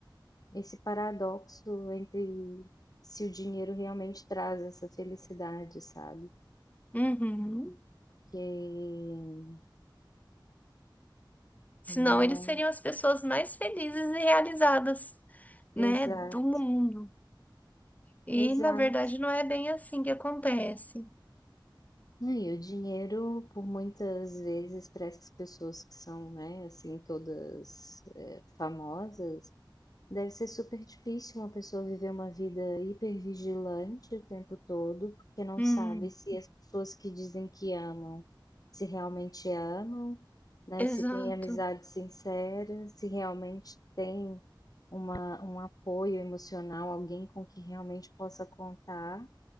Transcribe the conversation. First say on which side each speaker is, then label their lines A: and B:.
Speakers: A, on the left (about 50°); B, on the left (about 20°).
A: esse paradoxo entre se o dinheiro realmente traz essa felicidade, sabe?
B: Uhum.
A: que
B: Senão
A: não
B: eles seriam as pessoas mais felizes e realizadas, né?
A: exato,
B: Do mundo. E,
A: exato.
B: na verdade, não é bem assim que acontece.
A: E o dinheiro, por muitas vezes, para essas pessoas que são, né, assim, todas, eh, famosas Deve ser super difícil uma pessoa viver uma vida hipervigilante o tempo todo, porque não
B: Hum,
A: sabe se as pessoas que dizem que amam, se realmente amam, né?
B: exato.
A: Se tem amizade sincera, se realmente tem uma, um apoio emocional, alguém com que realmente possa contar.